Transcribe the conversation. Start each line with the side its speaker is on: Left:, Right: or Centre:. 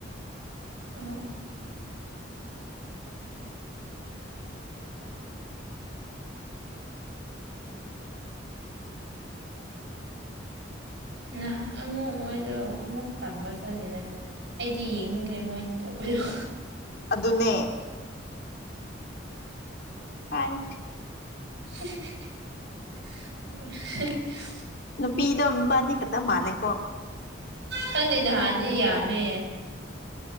Right: ꯎꯝ ꯎꯝ ꯅꯍꯥꯛ ꯑꯃꯨꯛ ꯃꯣꯏꯗꯣ ꯑꯃꯨꯛ ꯇꯝꯕ ꯆꯠꯂꯦꯗꯅ ꯑꯩꯗꯤ ꯌꯦꯡꯅꯤꯡꯗꯦ <unintelligible> ꯃꯣꯏ ꯇꯧꯕꯤꯔꯣ
Left: ꯑꯗꯨꯅꯦ ꯍꯥꯢ
Right: <inaudible>
Left: ꯅꯨꯄꯤꯗꯣ ꯃꯕꯥꯅꯤ ꯈꯛꯇ ꯃꯥꯜꯂꯦꯀꯣ
Right: ꯈꯪꯗꯦ ꯅꯍꯥꯟꯗꯤ ꯌꯥꯝꯃꯦ